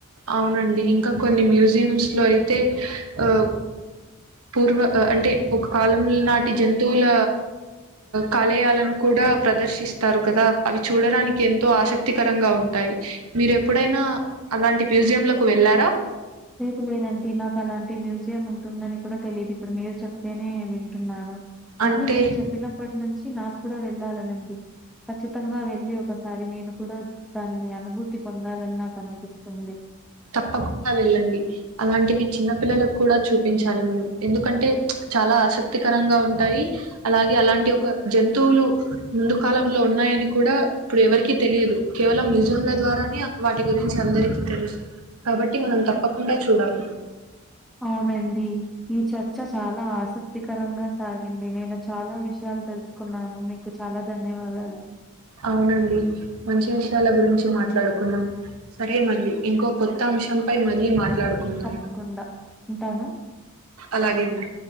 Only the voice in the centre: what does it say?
అ
లేదులేదండీ నాకు అలాంటి మ్యూజి ఉంటుందని కూడా తెలిదు ఇప్పుడు మీరు చెప్తేనే వింటున్నాను కానీ
మీరు చెప్పినప్పటి నుంచి నాకు కూడా వెళ్ళాలని ఉంది ఖచ్చితంగా వెళ్ళి ఒకసారి నేను కూడా దాన్ని అనుభూతి తి పొందాలని నాకు అనిపిస్తుంది
అవునండి. ఈ చర్చ చాలా ఆసక్తికరంగా సాగింది నేను చాలా విషయాలు తెలుసుకున్నాను మీకు చాలా ధన్యవాదాలు.
తప్పకుండా. ఉంటాను.